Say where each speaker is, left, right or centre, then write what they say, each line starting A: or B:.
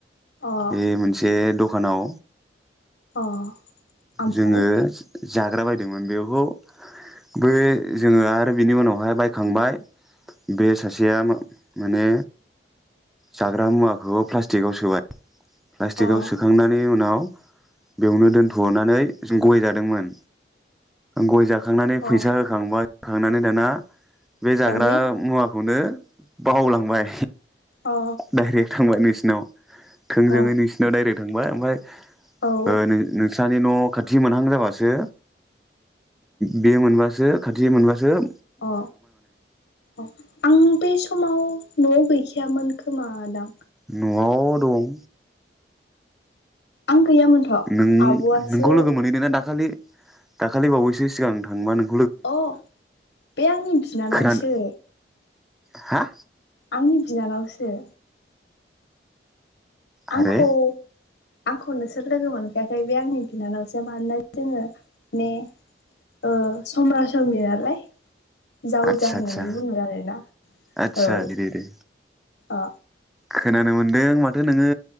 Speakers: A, on the left (about 80°); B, in the centre.
A: अ
B: ए मोनसे दखानाव
A: अ ओमफ्राय
B: जोङो जाग्रा बायदोंमोन बेखौ बो जोङो आरो बिनि उनावहाय बायखांबाय बे सासेया मा माने जाग्रा मुवाखौ <unintelligible> टिकआव सोबाय। प्लास्टिकाव
A: अ
B: सोखांनानै उनाव बेयावनो दोनथनानै गय जादोंमोन गय जाख खांनानै
A: अ
B: फैसा होखांबा थांनानै दाना बे जाग्रा
A: दानिया
B: मुवाखौनो बावलांबाय।
A: अ
B: डाइरेक थांबाय नोंस न। थोंजोङै
A: अ
B: नोंसिनाव डाइरेक्ट थांबाय ओमफ्राय।
A: औ
B: ओ नो-नोंस्रानि न खाथि मोनहां जाबासो बे मोनबासो खाथि मोनबासो जो
A: अ अ आं बे समाव नआव गैखायामोन खोमा दां।
B: नआव दं।
A: आं गैयामोनथ
B: नों
A: आबआसो।
B: नोंखौ लोगो मोनहैदोंना दाखालि दाखालि बावैसो सिगां थांबा नों
A: अ बे आंनि बिनानावसो
B: खोनादों हा
A: आंनि बिनानावसो। आंखौ
B: आरे
A: आंखौ नोंसोर लोगो मोनफायाखै बे आंनि बिनानावसो मानोना जोङो ने ओ समरासमनि नालाय। जावजा
B: आदसा
A: होननानै
B: आदसा
A: बुङो आरोना
B: आदसा
A: औ।
B: बिदि दे दे
A: आ
B: खोनानो मोन्दों माथो नोङो